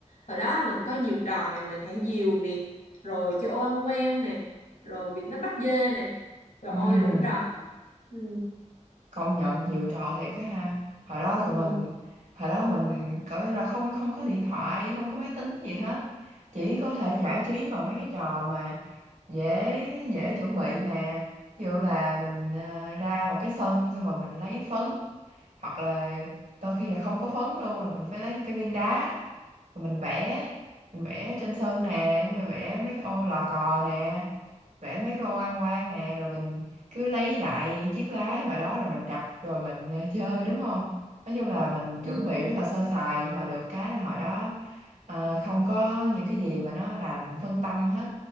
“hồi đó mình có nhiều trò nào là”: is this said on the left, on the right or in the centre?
Left